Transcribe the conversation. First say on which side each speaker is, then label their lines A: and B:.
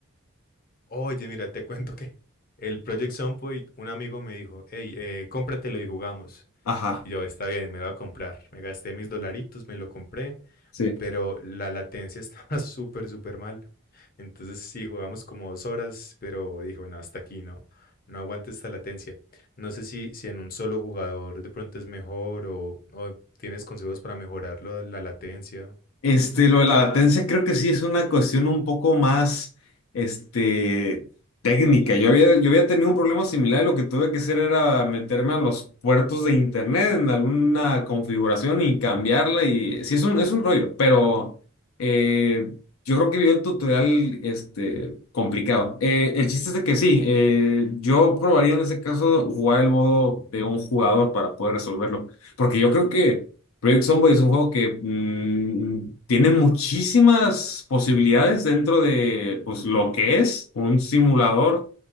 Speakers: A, on the left (about 40°); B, on the left (about 75°).
A: Oye, mira, te cuento que el Project Sunpoint, un amigo me dijo, hey, eh, cómpratelo y jugamos.
B: Ajá.
A: Y yo, está bien, me lo voy a comprar. Me gasté mis dolaritos, me lo compré,
B: sí.
A: pero la latencia estaba <laughs> súper, súper mal. Entonces sí, jugamos como dos horas, pero dijo, no, hasta aquí no, no aguanta esta latencia. No sé si, si en un solo jugador de pronto es mejor o, o tienes consejos para mejorar la la latencia.
B: Este, lo de la latencia creo que sí es una cuestión un poco más, este, técnica. Yo había, yo había tenido un problema similar y lo que tuve que hacer era meterme a los puertos de internet en alguna configuración y cambiarla y sí es un, es un rollo, pero eh, yo creo que vi el tutorial, este, complicado. Eh, el chiste es de que sí, eh, yo probaría en ese caso jugar el modo de un jugador para poder resolverlo, porque yo creo que... Project Zomboid es un juego que mm, tiene muchísimas posibilidades dentro de pues, lo que es un simulador.